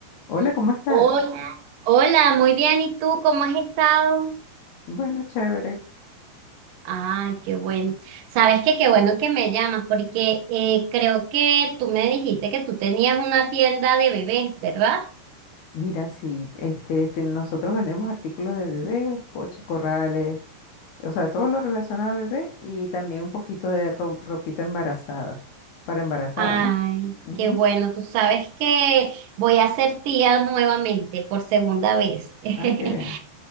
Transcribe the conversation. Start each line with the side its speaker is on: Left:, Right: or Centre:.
Left: Hola, ¿cómo estás?
Right: Hola, hola, muy bien. ¿Y tú cómo has estado?
Left: Bueno, chévere.
Right: Ay, qué bueno. Sabes que qué bueno que me llamas porque eh, creo que tú me dijiste que tú tenías una tienda de bebés, ¿verdad?
Left: Mira, sí, este, te- nosotros vendemos artículos de bebé, coches, corrales, o sea, todo lo relacionado a bebé y también un poquito de ro- ropita embarazada, para embarazada,
Right: Ay,
Left: ¿no? Ujú.
Right: qué bueno. Tú sabes que voy a ser tía nuevamente por segunda vez. <laughs>
Left: Ay, qué bien.